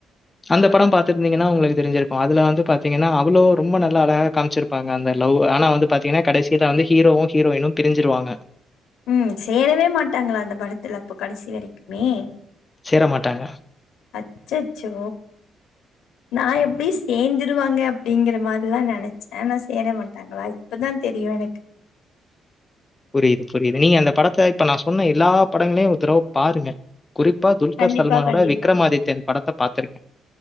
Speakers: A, on the left; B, on the left.
A: அந்த படம் பாத்திருந்தீங்கன்னா உங்களுக்கு தெரிஞ்சிருக்கு அதுல வந்து பாத்தீங்கனா அவுளு ரொம்ப நல்ல அழகா காமிச்சிருப்பாங்க அந்த லவ் ஆனா வந்து பாத்தீங்கன்னா கடைசில வந்து ஹீரோவு ஹீரோயினு பிரிஞ்சிருவாங்க
B: ம் சேரவே மாட்டாங்ளா அந்த படத்துல அப்ப கடைசி வரைக்குமே
A: சேர மாட்டாங்க
B: அச்சச்சோ நா எப்டி சேர்ந்திருவாங்க அப்டிங்கிற மாரிதா நெனச்சே ஆனா சேர மாட்டாங்ளா இப்பதா தெரியு எனக்கு
A: புரிது புரிது நீங்க அந்த படத்த இப்ப நா சொன்ன எல்லா படங்களையு ஒரு தடவ பாருங்க குறிப்பா துல்கர்
B: கண்டிப்பா
A: சல்மானோட
B: கண்டிப்பா
A: விக்ரமாதித்யன் படத்த பாத்திருக்கேன்